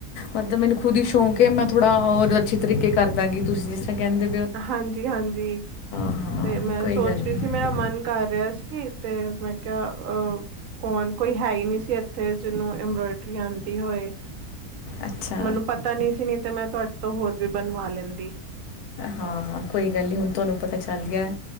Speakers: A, on the left; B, on the right.
A: ਮਤਲਬ ਮੈਨੂੰ ਖੁਦ ਹੀ ਸ਼ੌਕ ਹੈ ਮੈਂ ਥੋੜਾ ਔਰ ਅੱਛੇ ਤਰੀਕੇ ਕਰਾਂਗੀ ਤੁਸੀਂ ਜਿਸ ਤਰ੍ਹਾਂ ਕੈਂਦੇ
B: ਹਾਂਜੀ-ਹਾਂਜੀ
A: ਹਾਂ
B: ਤੇ ਮੈਂ
A: ਕੋਈ
B: ਸੋਚ
A: ਗੱਲ ਨਹੀਂ
B: ਰਈ ਸੀ। ਮੇਰਾ ਮਨ ਕਰ ਰਿਆ ਸੀ ਤੇ ਮੈਂ ਕਿਆ ਅ ਕੌਣ ਕੋਈ ਹੈ ਹੀ ਨਈ ਸੀ ਇੱਥੇ ਜਿਨੂੰ ਐੰਬਰੋਇਡਰੀ ਆਂਦੀ ਹੋਏ
A: ਅੱਛਾ
B: ਮੈਨੂੰ ਪਤਾ ਤਾ ਨੀ ਸੀ ਨ ਤੇ ਮੈਂ ਤੁਹਾਡੇ ਤੋਂ ਹੋਰ ਵੀ ਬਣਵਾ ਲੈਂਦੀ।
A: ਹਾਂ-ਹਾਂ ਕੋਈ ਗੱਲ ਨਈ ਹੁਣ ਤੁਹਾਨੂੰ ਪਤਾ ਚੱਲ ਗਿਆ।